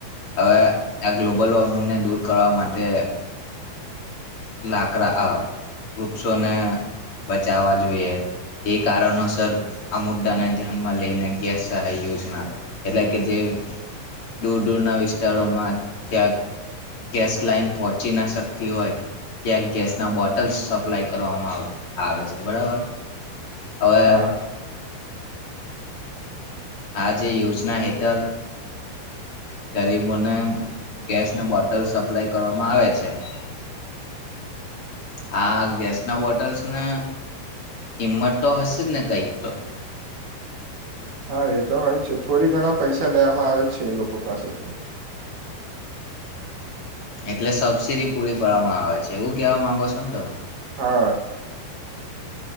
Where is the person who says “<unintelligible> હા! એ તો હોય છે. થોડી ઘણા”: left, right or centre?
Right